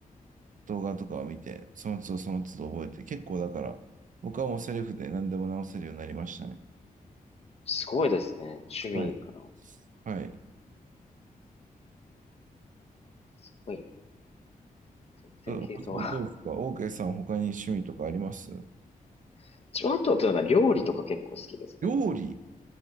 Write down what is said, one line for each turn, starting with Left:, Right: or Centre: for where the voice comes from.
Right: 動画とかを見て、その都度その都度覚えて、結構だから、僕はもうセルフで何でも直せるようになりましたね。
Left: すごいですね。趣味から。
Right: はい。はい。
Left: すごいな。全然系統が。
Right: どどうですか ?OK さん、他に趣味とかあります
Left: <laughs> 自分あとはなんか料理とか結構好きですね。
Right: 料理